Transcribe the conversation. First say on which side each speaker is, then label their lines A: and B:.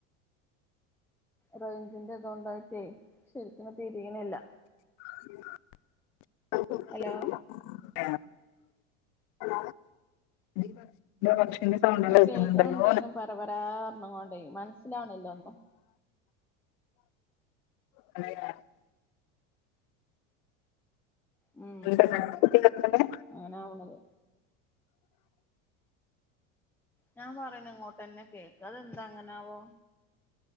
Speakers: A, in the centre; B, on the left.
A: റേഞ്ചിന്റെ ഇതുകൊണ്ടായിട്ടേ ശരിക്കിന് തിരിയണില്ല
B: <inaudible>
A: ഹലോ
B: <inaudible>
A: ഞാ
B: കേൾക്കുന്നുണ്ടല്ലോന്ന്
A: കേക്ക്ണ് ണ്ടേനും പരപരാന്ന് കൊണ്ടേ മനസ്സിലാവണില്ലാ ഒന്നും
B: <inaudible>
A: ഉം
B: എന്താ കണക്ക് കുത്തി കേൾക്കുന്നെ?
A: ഓനവ്ണത് ഞാൻ പറയണ ഇങ്ങോട്ടന്നെ കേക്കാ അതെന്താ അങ്ങനാവോ